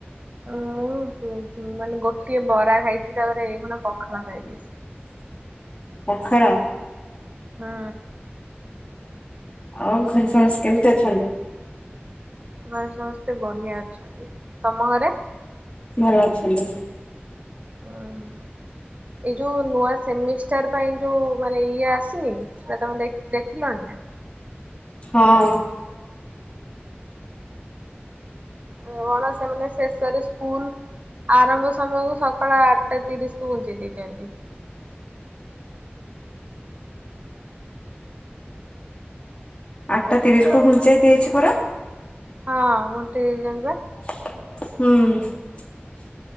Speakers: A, on the right; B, on the left.
A: ଉଁ ମୁଁ ଉଁ ଉଁ ମାନେ ଗୋଟିଏ ବରା ଖାଇଚି ତାପରେ ଏଇଖୁଣା ପଖାଳ ଖାଇବି।
B: ପଖାଳ?
A: ହଁ।
B: ଆଉ ଘରେ ସମସ୍ କେମିତି ଅଛନ୍ତି?
A: ଘରେ ସମସ୍ତେ ବଢ଼ିଆ ଅଛନ୍ତି। ତମ ଘରେ?
B: ଭଲ ଅଛନ୍ତି।
A: ଉଁ ହୁଁ ଏଇ ଯୋଉ ନୂଆ ସେମିଷ୍ଟାର ପାଇଁ ଯୋଉ ମାନେ ଇଏ ଆସିନି? ସେଟା ତମ ଦେ ଦେଖି ଦେଖିଲଣି ନା?
B: ହଁ।
A: କଣ ସେମାନେ ଶେଷରେ ସ୍କୁଲ୍ ଆରମ୍ଭ ସମୟକୁ ସକାଳ ଆଠଟା ତିରିଶକୁ ବଞ୍ଚେଇ ଦେଇଚନ୍ତି।
B: ଆଟା ତିରିଶକୁୁ
A: ହ୍ୟାଲୋ।
B: ଘୁଞ୍ଚେଇ ଦିଆ ହେଇଚି ପରା।
A: ହଁ ମୁଁ ଟି ଜାଣିବା
B: ହୁଁ।